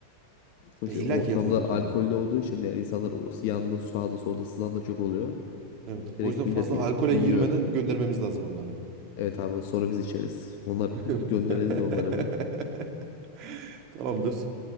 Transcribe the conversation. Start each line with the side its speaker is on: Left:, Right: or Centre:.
Left: Sonuçta
Right: e,
Left: şey,
Right: illa
Left: ortamda
Right: ki yatılacak
Left: alkollü
Right: yani.
Left: olduğu için yani insanlar o yanda sağda solda sızan da çok oluyor.
Right: Evet. O
Left: Direkt
Right: yüzden
Left: millet
Right: fazla
Left: y-
Right: alkole
Left: uyuyor.
Right: girmeden göndermemiz lazım onları.
Left: Evet abi sonra biz içeriz. Onlar
Right: <laughs>
Left: bir gönderelim de onlara bir.
Right: Tamamdır.